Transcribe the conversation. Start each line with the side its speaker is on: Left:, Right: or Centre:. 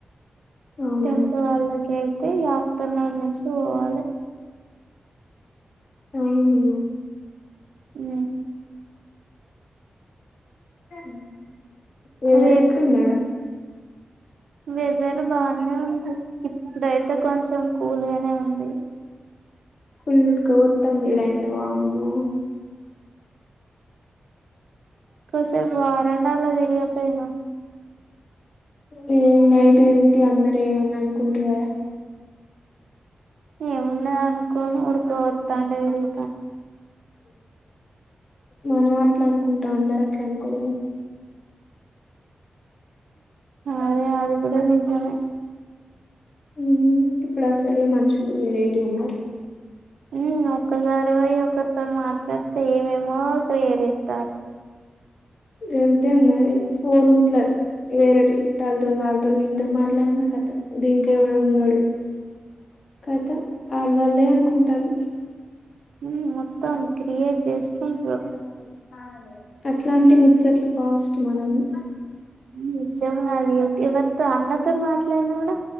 Left: అవునా
Right: టెన్త్ వాళ్ళకి అయితే ఈ ఆఫ్టర్నూన్ నుంచి పోవాలే
Left: అవును
Right: మ్మ్
Left: స్టడీ వేరేట్లుందడ
Right: రేప్ వెదర్ బానే ఉంది ఇప్పుడైతే కొంచం కూల్గానే ఉంది
Left: ఫూల్ హుక్కా పోస్తాంది ఈడ అయితే వామ్మో
Right: కసేపు వరండాలో తిరిగపోయినా
Left: మ్మ్ నైట్ తిరుగుతి అందరు ఏమన్న అనుకుంటారూ కదా
Right: ఏముండద అనుకోను ఉడుక పోస్తాంటే చూడు
Left: <inaudible> మనం అట్లా అనుకుంటాం అందరు అట్లా అనుకోరూ కదా ము
Right: అదే అది కూడా నిజమే
Left: మ్మ్ ఇప్పుడు అసలే మనుషులు వెరైటీ ఉన్నారు
Right: మ్మ్ ఒక్కసారి పోయి ఒక్కరితో మాట్ల్ డితే ఏమేమో క్రియేట్ చేస్తారు
Left: ఎంతే ఉన్నారు ఫోన్ ఇట్లా వేరే చుట్టాలతో వాళ్ళతో వీళ్ళతో మాట్లాడిన కథ దీనికి ఎవడో ఉన్నాడు కదా ఆడవాళ్లే అనుకుంటారు
Right: మ్మ్ మొత్తం క్రియేట్ చేసుకుంట్రు
Left: <inaudible> అట్లాంటి ముచ్చట్లు ఫాస్ట్ మనల్ని
Right: మ్మ్ <unintelligible> తో అన్నతో మాట్లాడినా కూడా